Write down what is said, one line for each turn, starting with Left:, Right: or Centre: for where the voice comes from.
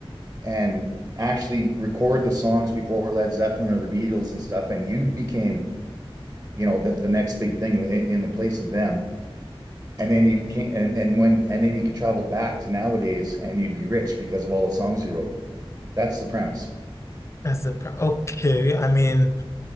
Right: and actually record the songs before Led Zeppelin or the Beatles and stuff, and you became, you know, the, the next big thing in, in the place of them. And then you can and, and when and then you could travel back to nowadays and you'd be rich because of all the songs you wrote. That's the premise.
Left: That's the pro okay. I mean.